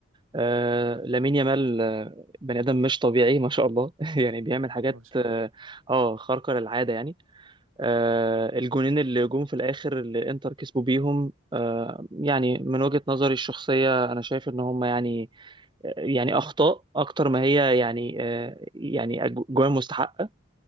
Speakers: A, on the right (about 20°); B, on the right (about 85°).
A: آه لامين يامال آه، بني ادم مش طبيعي ما شاء الله <laughs> يعني بيعمل حاجات
B: ما شاء
A: اه
B: الله
A: آه، خارقه للعاده يعني آه الجونين اللي جم في الاخر اللي انتر كسبوا بيهم آه يعني من وجهه نظري الشخصيه انا شايف ان هم يعني آه، يعني اخطاء اكتر ما هي يعني آه يعني أج- جوان مستحقه